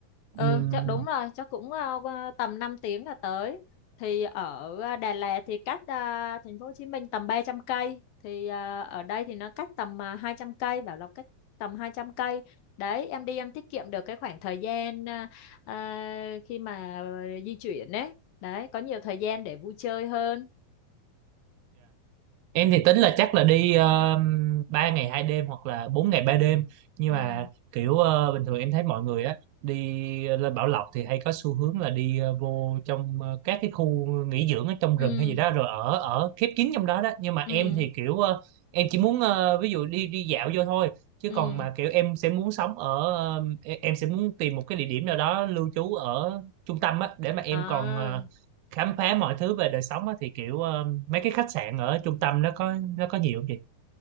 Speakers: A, on the left; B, on the right.
A: Ừ,
B: Um,
A: chắc đúng rồi, chắc cũng ờ, qua tầm 5 tiếng là tới. Thì ở ờ, Đà Lạt thì cách ờ, thành phố Hồ Chí Minh tầm 300 cây, thì ờ, ở đây thì nó cách tầm uh, 200 cây, Bảo Lộc cách tầm 200 cây. Đấy, em đi em tiết kiệm được cái khoảng thời gian ờ, ờ, khi mà di chuyển đấy. Đấy, có nhiều thời gian để vui chơi hơn.
B: Em thì tính là chắc là đi uh, 3 ngày 2 đêm hoặc là bốn ngày ba đêm nhưng
A: Ừ,
B: mà kiểu ờ, bình thường em thấy mọi người á đi lên Bảo Lộc thì hay có xu hướng là đi ờ, vô trong ờ, các cái khu nghỉ dưỡng ở trong
A: ừ,
B: rừng hay gì đó rồi ở ở khép kín trong đó đó nhưng mà
A: ừ,
B: em thì kiểu ờ, em chỉ muốn ờ, ví dụ đi đi dạo vô thôi chứ
A: ừ.
B: còn mà kiểu em sẽ muốn sống ở ờ, em em sẽ muốn tìm một cái địa điểm nào đó lưu trú ở trung tâm á để mà em
A: À.
B: còn ờ, khám phá mọi thứ về đời sống á thì kiểu ờ, mấy cái khách sạn ở trung tâm nó có nó có nhiều không chị